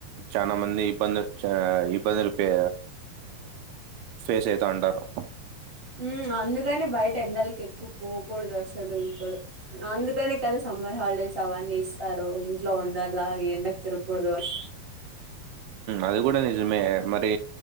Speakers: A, on the right; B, on the right.
A: చనా మంది ఇబ్బంది <unintelligible> ఇబ్బందులు పే ఫేస్ అయి తాండరు
B: ఊ అందుకనే బయట ఎండలకి ఎక్కువ పోకూడదు అసలు ఇప్పుడు అందుకనే కదా స సమర్ హాలిడేస్ అవన్నీ ఇస్తారు ఇంట్లో ఉండల్లా ఎండకి తిరుకూడదు అని
A: అది కూడా నిజమే మరి